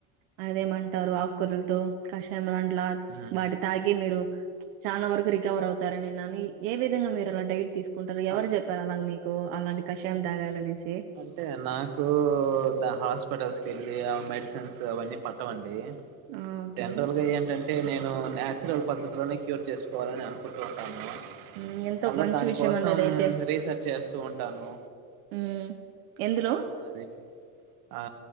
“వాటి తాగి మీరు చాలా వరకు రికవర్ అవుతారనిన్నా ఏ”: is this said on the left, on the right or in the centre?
Right